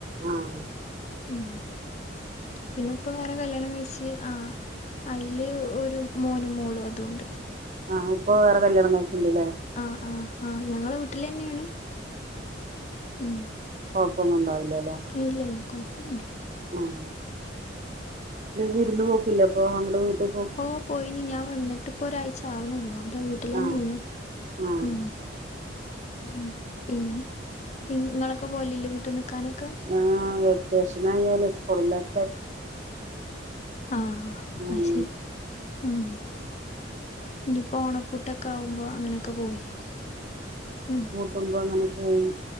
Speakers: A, on the right (about 40°); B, on the left (about 35°).
A: ആഹ്
B: ഉം പിന്നെ ഉപ്പ വേറെ കല്യാണം കഴിച്ച് ആഹ് അയില് ഒരു മോനും മോളും അതുണ്ട്
A: ആഹ് ഉപ്പ് വെറെ കല്യാണം കഴിച്ചിണ്ടല്ലേ
B: ആഹ് ആഹ് ആഹ് ഞങ്ങളെ വീട്ടില് തന്നെയാണ് ഉം
A: കുഴപ്പമൊന്നും ഉണ്ടാവില്ല അല്ലെ
B: ഇല്ല ഇല്ല കുഴപ്പമൊന്നുമില്ല
A: ഉം വിരുന്ന് പോക്കില്ലെ അപ്പൊ അങ്ങടെ വീട്ടിൽ
B: ഓ പോയിനി ഞാൻ വന്നിട്ടിപ്പൊ ഒരാഴ്ച ആവുന്നുള്ളൂ അവടെ വീട്ടിൽ വീട്ടിൽ തന്നെ
A: ആ
B: അയിന്
A: ആഹ്
B: ഉം ഉം പിന്നെ ഇങ്ങളൊക്കെ പോലല്ലേ വീട്ട് നിക്കാനൊക്കെ
A: ആഹ് വെക്കേഷൻ ആയാല് സ്കൂളിലാം
B: ആഹ്
A: ഉം
B: അത് ശരി ഉം ഇനിയിപ്പോ ഓണപ്പൂട്ടൊക്കെ ആവുമ്പോ അങ്ങനെയൊക്കെ പോവരിക്കും ഉം
A: കുംമ്പ അങ്ങനെ പോവും